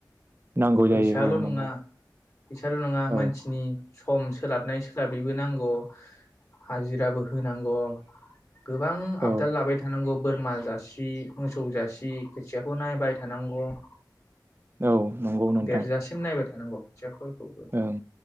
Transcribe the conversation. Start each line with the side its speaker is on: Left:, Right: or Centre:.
Right: नांगौ
Left: फैसाल'
Right: जायो औ
Left: नङा
Right: नंगौ
Left: फैसााल' नङा मानसिनि
Right: औ
Left: सम सोलाबनाय सोलाबैबो नांग' हाजिराबो होनांग'। गोबां आबदाल
Right: औ
Left: लाबाय थानांगौ। बोरमा जासि, मोसौ जासि, खोथियाखौ नायबाय थानांग'।
Right: औ नंगौ नोंथां
Left: देरजासिम नायबाय थानांग'। खोथियाफोर खौबो
Right: ओं